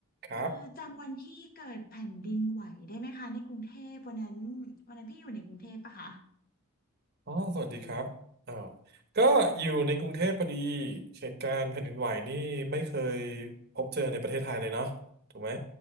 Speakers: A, on the right; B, on the left.
A: ครับ
B: เอ่อจำวันที่เกิดแผ่นดินไหวได้ไหมคะในกรุงเทพวันนั้นวันนั้นพี่อยู่ในกรุงเทพปะคะ
A: อ๋อสวัสดีครับอ๋อก็อยู่ในกรุงเทพพอดีเหตุการณ์แผ่นดินไหวนี่ไม่เคยพบเจอในประเทศไทยเลยเนาะถูกไหม